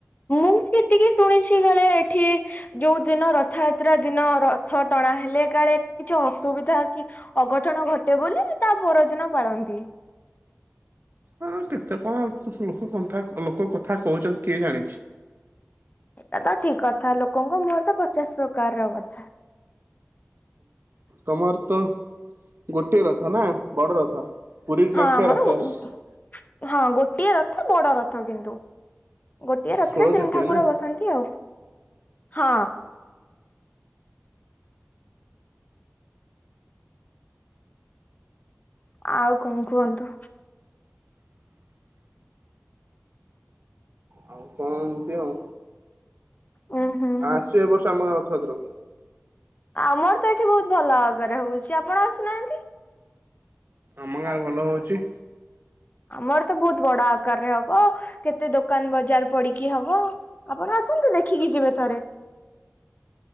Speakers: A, on the left; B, on the right.
A: ମୁଁ କେତିକି ଶୁଣିଛି କାଳେ ଏଠି। ଯୋଉ ଦିନ ରଥଯାତ୍ରା ଦିନ ରଥ ଟଣା ହେଲେ କାଳେ କିଛି ଅସୁବିଧା କି। ଅଘଟଣ ଘଟେ ବୋଲି ତା ପରଦିନ ପାଳନ୍ତି।
B: ହଁ କେତେ କଣ ଲୋକ କ ଲୋକ କଥା କହୁଛନ୍ତି କିଏ ଜାଣିଛି।
A: ଏ ତ ଠିକ କଥା ଲୋକଙ୍କ ମୁହରେ ତ ପଚାଶ ପ୍ରକାର ର କଥା।
B: ତମର ତ ଗୋଟେ ରଥ ନା ବଡ ରଥ। ପୁରୀ ନ
A: ହଁ
B: ଖ
A: ଆମର
B: ର <unintelligible>
A: ଗୋ ହଁ ଗୋଟିଏ ରଥ ବଡ ରଥ କିନ୍ତୁ ଗୋଟିଏ ରଥରେ
B: ଷୋଳ
A: ତିନି
B: ଚକିଆ
A: ଠାକୁର
B: ନା
A: ବସନ୍ତି। ହଁ ଆଉ କଣ କୁହନ୍ତୁ?
B: ଆଉ କଣ ଏମିତି ଆଉ।
A: ଉୁଁ ହୁଁ ହୁଁ
B: ଆସିବ ଏ ବର୍ଷ ଆମ ଗାଁ ରଥଯାତ୍ରାକୁ।
A: ଆମର ତ ଏଠି ବହୁତ ଭଲ ଭାବରେହଉଛି ଆପଣ ସିନା ଏମିତି।
B: ଆମ ଗାଁରେ ଭଲ ହଉଛି।
A: ଆମର ତ ବହୁତ ବଡ ଆ କାରରେ ହବ କେତେ ଦୋକାନ ବଜାର ପଡିକି ହବ ଆପଣ ଆସନ୍ତୁ ଦେଖିକି ଯିବେ ଥରେ।